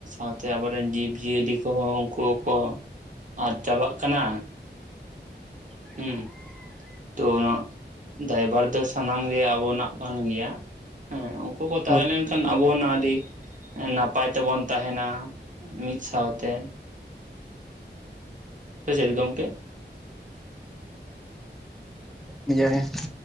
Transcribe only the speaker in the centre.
<inaudible>
ᱦᱳᱭ
<inaudible>